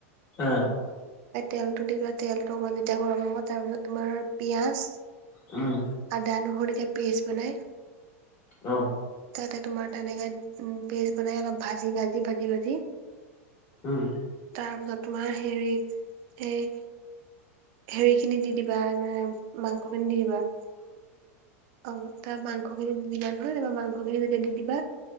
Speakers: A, on the left; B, on the right.
A: আহ
B: তেলটো দি তেলটো অকণ যেতিয়া গৰম হ'ব। তাৰপিছত তোমাৰ পিয়াজ,
A: উম।
B: আদা, নহৰি কে পেষ্ট বনাই।
A: অ'।
B: তাতে তোমাৰ তেনেকে উ পেষ্ট বনাই অলপ ভাজি ভাজি ভাজি ভাজি।
A: হুম।
B: তাৰপিছত তোমাৰ হেৰি এই হেৰি খিনি দি দিবা মা মাংস খিনি দি দিবা। অ, তাৰ মাংস খিনি যিমান, হৈ যাব মাংস খিনি যেতিয়া দি দিবা।